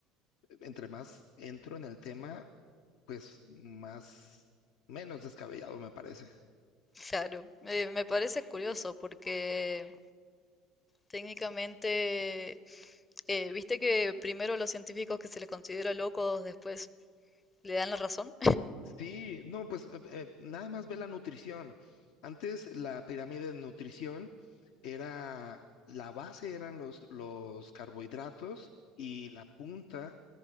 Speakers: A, on the left; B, on the left.
A: eh, entre más entro en el tema, pues más, menos descabellado me parece.
B: claro, eh, me parece curioso porque técnicamente, eh, viste que primero los científicos que se les considera locos después le dan la razón.
A: Sí, no, pues eh, eh, nada más ve la nutrición. Antes la pirámide de nutrición era, la base eran los, los carbohidratos y la punta